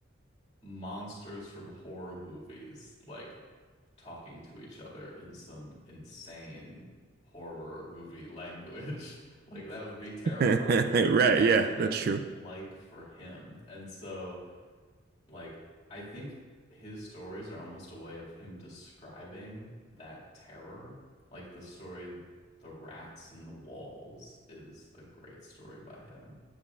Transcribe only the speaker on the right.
<laughs> Right.
Yeah,
that's true.